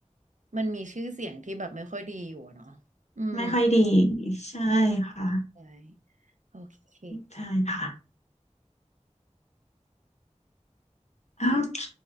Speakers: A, on the right; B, on the left.
A: มันมีชื่อเสียงที่แบบไม่ค่อยดีอยู่อะเนาะอืม
B: ไม่ค่อยดีใช่ค่ะ
A: ใช่โอเค
B: ใช่ค่ะโอเค